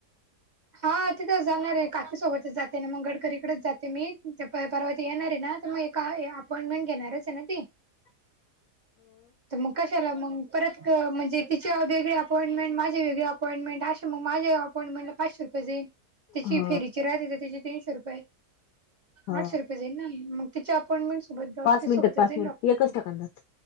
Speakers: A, on the right; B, on the left.
A: हा तिथे जाणार आहे, काकीसोबतच जाते मग गडकरीकडेच जाते मी ते परवाती येणार आहे ना. तर मग ए अपॉइंटमेंट घेणारच आहे ना ती.
B: <inaudible>
A: तर मग कशाला मग परत म्हणजे तिचे वेगळे अपॉइंटमेट, माझे वेगळे अपॉइंटमेंट, असे म माझ अपॉइंटमेंट पाचशे रुपये जाईल, त्याची
B: हा
A: फेरीची राहते त्याची तीनशे रुपये.
B: हा
A: आठशे रुपये जाईल ना, मग तिच्या अपॉइंटमेंट? सोबत डॉक्टर
B: पाच मिनिटात
A: सोबतच
B: पाहते
A: जाईल डॉक्टर
B: एकच सेकंदात.